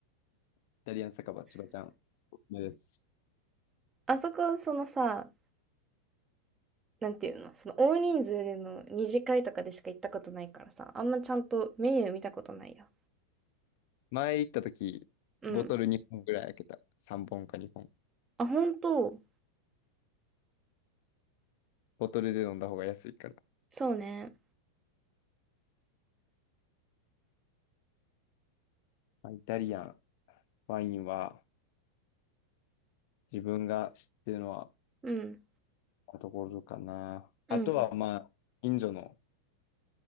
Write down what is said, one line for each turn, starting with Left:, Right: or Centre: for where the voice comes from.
Left: イタリアン酒場千葉ちゃん、おすすめです。
Right: あそこ、そのさ、なんていうの、その大人数での二次会とかでしか行ったことないからさ、あんまちゃんとメニュー見たことないや。
Left: 前行った時、
Right: うん。
Left: ボトル2本ぐらい開けた。3本か2本。
Right: あ、ほんと、
Left: ボトルで飲んだ方が安いから。
Right: そうね。
Left: まあイタリアン、ワインは、自分が知ってるのは、
Right: うん。
Left: ところかな。
Right: うん、
Left: あとは、まあ、近所の、